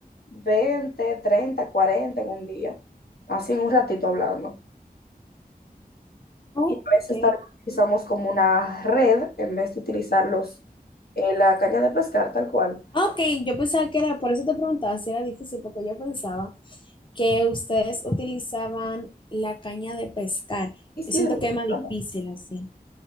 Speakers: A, on the left; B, on the left.
A: 20 30 40 en un día. Así en un ratito hablando.
B: Ok.
A: Y a veces también utilizamos como una red en vez de utilizar los, eh, la caña de pescar tal cual.
B: Ah, Ok, yo pensaba que era, por eso te preguntaba si era difícil, porque yo pensaba. que ustedes utilizaban la caña de pescar.
A: Y sí,
B: Yo siento
A: la utilizamos.
B: que es más difícil así.